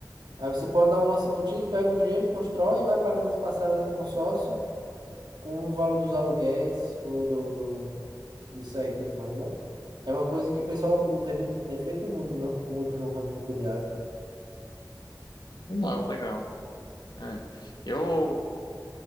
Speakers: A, on the right (about 85°); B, on the left (about 80°).
A: Aí você pode dar um lance embutido, pega o dinheiro, constrói e vai pagando as parcelas do consórcio com o valor dos aluguéis ou do, do, disso aí e tudo mais, né? É uma coisa que o pessoal não tem, tem feito muito, no- muito no ramo imobiliário.
B: não, legal. É. Eu